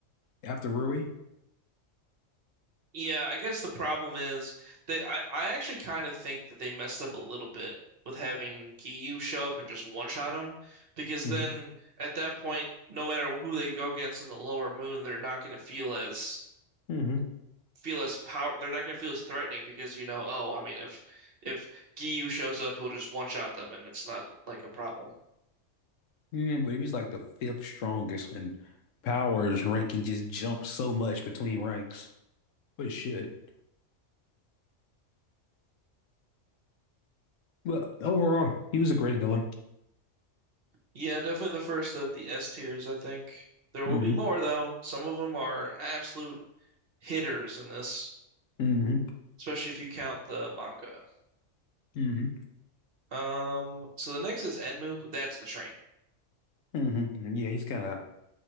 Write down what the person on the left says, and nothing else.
after Rui.
hmm
hmm
Yeah, but he was like the fifth strongest and Power's ranking just jumped so much between ranks, but it should. Well, overall, he was a great villain.
Mhm.
hmm
hmm
hmm Yeah, he's kind of